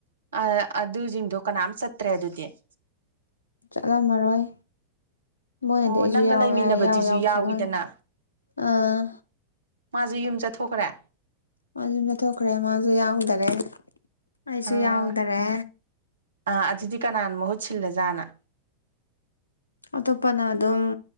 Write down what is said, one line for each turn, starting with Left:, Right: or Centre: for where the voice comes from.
Right: ꯑꯩ ꯑꯗꯨꯖꯤꯡꯗꯨ ꯀꯅꯥꯝ ꯆꯠꯇ꯭ꯔꯦ ꯑꯗꯨꯗꯤ <inaudible>
Left: ꯆꯠꯂꯝꯃꯔꯣꯏ ꯃꯣꯏꯅꯗꯤ
Right: ꯑꯣ
Left: ꯑꯩꯁꯨ
Right: ꯅꯪꯒ
Left: ꯌꯥꯎꯋꯦ
Right: ꯂꯩꯃꯤꯟꯅꯕꯗꯨꯁꯨ
Left: ꯍꯥꯏ ꯌꯥꯥꯎ ꯌꯥꯎꯗ꯭꯭ꯔꯤꯔ
Right: ꯌꯥꯎꯋꯤꯗꯅ
Left: ꯈꯪꯗꯦ ꯑꯥ
Right: ꯃꯥꯁꯦ ꯌꯨꯝ ꯆꯠꯊꯣꯛꯈ꯭ꯔꯦ
Left: ꯃꯥꯁꯨꯨ ꯌꯨꯝ ꯆꯊꯣꯛꯈ꯭ꯔꯦ ꯃꯥꯁꯨ ꯌꯥꯎꯗꯔꯦ ꯑꯩꯁꯨ
Right: ꯑꯥ
Left: ꯌꯥꯎꯗꯔꯦ
Right: ꯑꯥ ꯑꯗꯨꯗꯤ ꯀꯅꯥꯅ ꯃꯍꯨꯠ ꯁꯤꯜꯂ ꯖꯥꯠꯅꯣ
Left: ꯑꯇꯣꯞꯄꯅ ꯑꯗꯨꯝ